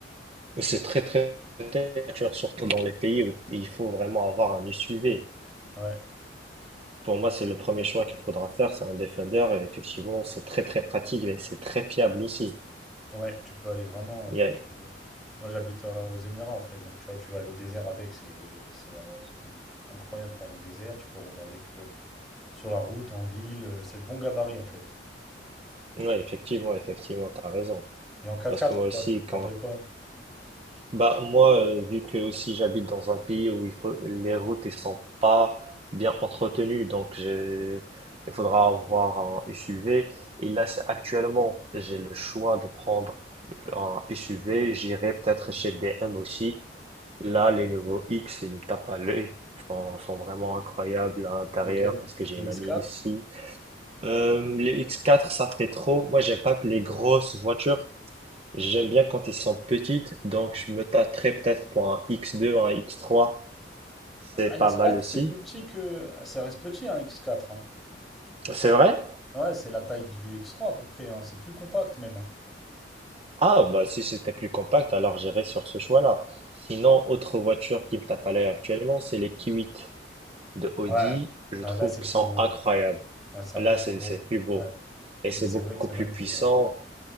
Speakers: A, on the right (about 35°); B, in the centre.
A: C'est très très très cher, surtout dans les pays où il faut vraiment avoir un SUV.
B: Ouais.
A: Pour moi, c'est le premier choix qu'il faudra faire, c'est un Defender et effectivement, c'est très très pratique et c'est très fiable aussi.
B: Ouais, tu peux aller vraiment, euh,
A: Il
B: tu
A: y
B: vois,
A: a-
B: tu Moi, j'habite euh, aux Émirats, en fait. Donc, tu vois, tu vas aller au désert avec. C'est c'est, euh, c'est incroyable pour aller au désert. Tu peux rouler avec euh, sur la route, en ville. euh, c'est le bon gabarit, en fait.
A: Ouais, effectivement, effectivement, t'as raison.
B: Et en quatre-quatre,
A: Parce que moi
B: toi,
A: aussi,
B: tu te prendrais
A: quand
B: quoi?
A: Bah moi, euh, vu que aussi j'habite dans un pays où il faut les routes ne sont pas bien entretenues, donc j'ai il faudra avoir un SUV. Et là, c'est actuellement, j'ai le choix de prendre un SUV. J'irai peut-être chez BM aussi. Là, les nouveaux X, ils me tapent à l'œil. Ils sont, sont vraiment incroyables à l'intérieur
B: Lequel?
A: parce que j'ai
B: Le
A: une
B: X4?
A: amie aussi. Euh, les X4, ça fait trop. Moi, j'aime pas que les grosses voitures. J'aime bien quand ils sont petites, donc je me tâterais peut-être pour un X2, un X3. C'est
B: Un X4,
A: pas mal aussi.
B: c'est plus petit que... Ça reste petit, un X4,
A: C'est vrai?
B: Ouais, c'est la taille du X3 à peu près, hein. C'est plus compact même, hein.
A: Ah, bah si c'était plus compact, alors j'irais sur ce choix-là. Sinon, autre voiture qui me tape à l'œil actuellement, c'est les Q8 de Audi.
B: Ouais,
A: Je
B: Ouais,
A: trouve
B: là c'est
A: qu'ils
B: plus
A: sont
B: gros.
A: incroyables.
B: ouais. Ouais, c'est un
A: Là,
B: peu plus
A: c'est
B: gros,
A: c'est plus beau.
B: là. Ouais.
A: Et c'est
B: Mais c'est
A: beaucoup
B: vrai que c'est
A: plus
B: magnifique,
A: puissant.
B: ouais.